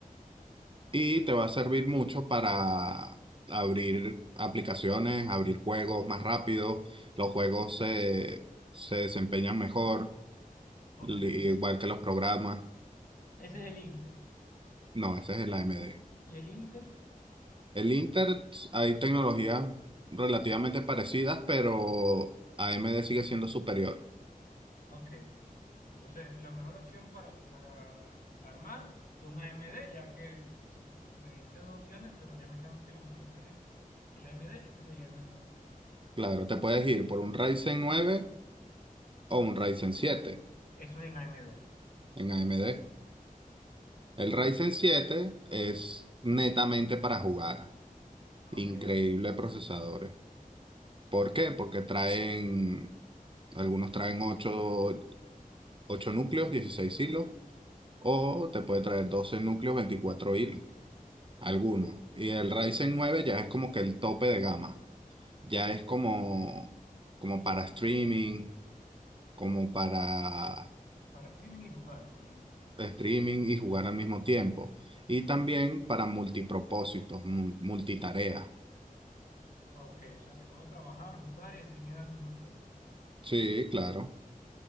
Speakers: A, on the right; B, on the left.
A: y te va a servir mucho para abrir aplicaciones, abrir juegos más rápido. Los juegos se, se desempeñan mejor,
B: ok.
A: li-
B: Ese
A: igual que los programas.
B: es el Intel.
A: No, ese es el AMD.
B: ¿Y el Intel?
A: El Inter, hay tecnologías relativamente parecidas, pero AMD sigue siendo superior.
B: Ok. Entonces, la mejor opción para, para armar un AMD, ya que si te- me dijiste dos opciones, pero ya me está dando que la mejor opción es el AMD, ese sería el mejor.
A: Claro, te puedes ir por un Ryzen nueve o un Ryzen siete
B: Eso es en AMD.
A: en AMD. El Ryzen
B: Y,
A: siete es netamente para jugar.
B: ok,
A: Increíble procesadores. ¿Por qué? Porque traen, algunos traen ocho ocho núcleos, 16 hilos, o te puede traer 12 núcleos, 24 hilos, algunos. Y el Ryzen nueve ya es como que el tope de gama. Ya es como, como para streaming, como para
B: para streaming y jugar, me imagino.
A: streaming y jugar al mismo tiempo. Y también para multipropósitos, mu- multitareas.
B: Ok, o sea que puedo trabajar, jugar y streamear al mismo tiempo.
A: Sí, claro.